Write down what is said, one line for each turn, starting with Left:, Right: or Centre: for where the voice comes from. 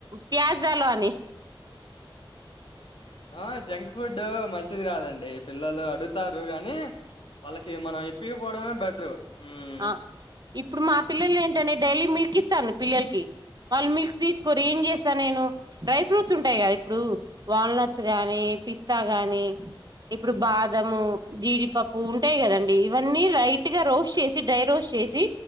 Right: ప్యాజ్ దలో అని
Left: ఆ జంక్ ఫుడ్ మంచిది కాదండి పిల్లలు అడుగుతారు. గానీ వాళ్ళకి మనం ఇప్పియకపోవడమే బెటరు హ్మ్
Right: ఆ ఇప్పుడు మా పిల్లలు ఏంటనే డైలీ మిల్క్ ఇస్తాను. పిల్లలకి వాళ్ళు మిల్క్ తీసుకోరు ఏం చేస్తాను. నేను డ్రై ఫ్రూట్స్ ఉంటాయి. కదా ఇప్పుడు వాల్నట్స్ గాని పిస్తా గానీ ఇప్పుడు బాదము జీడిపప్పు ఉంటాయి. గాధ అన్ ఇవన్నీ రైట్ గా రోస్ట్ చేసి డ్రై రోస్ట్ చేసి